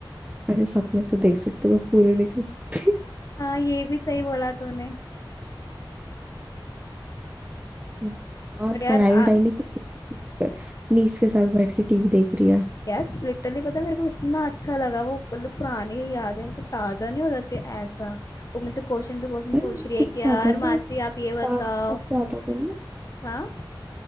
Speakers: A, on the right; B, on the left.
A: अरे सपने तो देख सकते बस पूरे नहीं कर सकते
B: हाँ ये भी सही बोला तूने
A: <laughs> और
B: पर यार
A: पढ़ाई वढ़ाई
B: आ,
A: नहीं कर सकती नीस के साथ बैठ के टीवी देख रही है
B: यार लिटरली पता है मेरे को इतना अच्छा लगा वो मतलब पुरानी यादें मतलब ताजा नहीं हो जाती ऐसा वो मेरे से क्वेश्चन पे क्वेश्चन
A: अरे
B: पूछ रही है
A: किससे
B: कि यार
A: आता था
B: मासी आप
A: स्टार
B: ये बताओ
A: उत्सव से आता था ना
B: हाँ